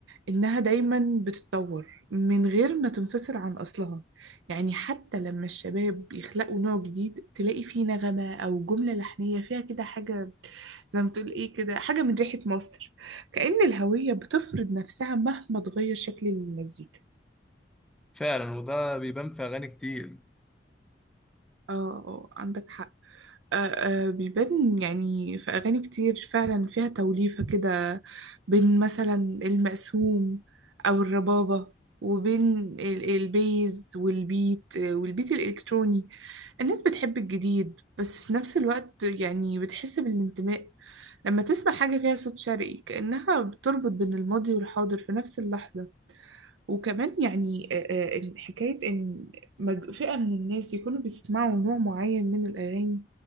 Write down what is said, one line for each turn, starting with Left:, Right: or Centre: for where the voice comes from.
Right: إنها دايما بتتطور من غير ما تنفصل عن أصلها يعني حتى لما الشباب يخلقوا نوع جديد تلاقي فيه نغمة أو جملة لحنية فيها كده حاجة زي ما تقول إيه كده حاجة من ريحة مصر كأن الهوية بتفرض نفسها مهما تغير شكل المزيكا
Centre: فعلا وده بيبان في أغاني كتير
Right: اه آه، عندك حق آه، آه، بيبان يعني في أغاني كتير فعلا فيها توليفة كده بين مثلا المقسوم أو الربابة وبين ال- البيز والبيت آه، والبيت الإلكتروني الناس بتحب الجديد بس في نفس الوقت يعني بتحس بالانتماء لما تسمع حاجة فيها صوت شرقي كأنها بتربط بين الماضي والحاضر في نفس اللحظة وكمان يعني آه، آه، حكاية إن مج- فئة من الناس يكونوا بيسمعوا نوع معين من الأغاني